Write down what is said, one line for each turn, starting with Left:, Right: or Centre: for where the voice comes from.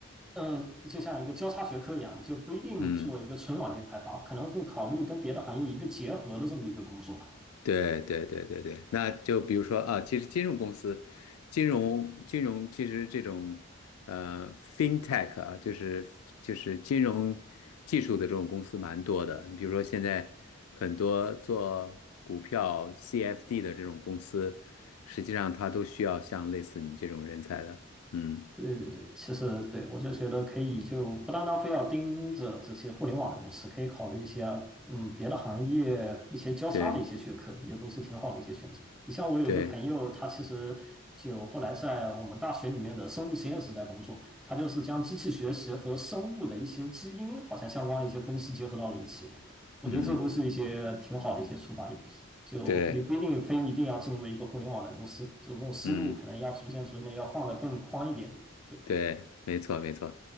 Centre: 呃就像一个交叉学科一样，就不一定做一个纯软件开发，
Left: 嗯。
Centre: 可能会考虑跟别的行业一个结合的这么一个工作。
Left: 对对对对对，那就比如说啊，其实金融公司，金融金融其实这种呃 fintech 啊，就是就是金融技术的这种公司蛮多的。你比如说现在很多做股票 CFD 的这种公司，实际上它都需要像类似你这种人才的。嗯，
Centre: 对对对，其实对我就觉得可以，就不单单非要盯着这些互联网的公司，可以考虑一些嗯别的行业一些交叉的一些学科，
Left: 对
Centre: 也都是挺好的一些选择。你像我有一个朋友，
Left: 对，
Centre: 他其实就后来在我们大学里面的生物实验室在工作，他就是将机器学习和生物的一些基因好像相关的一些分析结合到了一起，我觉得这都是一些挺好的一些出发点。
Left: 嗯
Centre: 就你不一定非一定要进入一个互联网的公司，
Left: 对，
Centre: 就这种思路可能要逐渐逐渐地要放得更宽一点。
Left: 嗯。
Centre: 对，
Left: 对，没错没错。